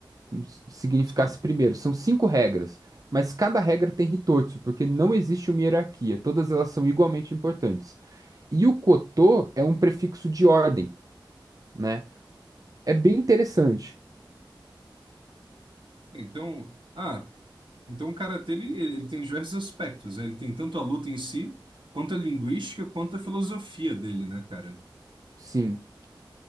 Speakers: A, on the right; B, on the right.
A: Como se significasse
B: Só.
A: primeiro. São cinco regras, mas cada regra tem Hitotsu, porque não existe uma hierarquia. Todas elas são igualmente importantes. E o Koto é um prefixo de ordem né? É bem interessante,
B: Então, ah, Então, o karatê ele, ele tem diversos aspectos, né? Ele tem tanto a luta em si, quanto a linguística, quanto a filosofia dele, né, cara?
A: sim.